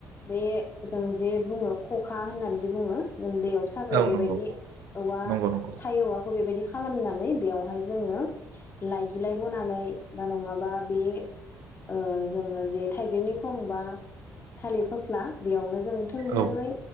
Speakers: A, on the left; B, on the right.
A: बे जों जे बुङो खखा होननानै जे बुङो जों दैयाव साग्राया
B: औ
A: बेबायदि
B: नंगौ
A: औवा
B: नंगौ नंगौ
A: थाइ औवाखौ बेबायदि खालामनानै बेवहाय जोङो लाइजुलाइ बनानै बा नङाबा बे ओ जोङो जे थाइगिरनि खंबा थालिर फस्ला बेयावनो जों थोंजोङै
B: औ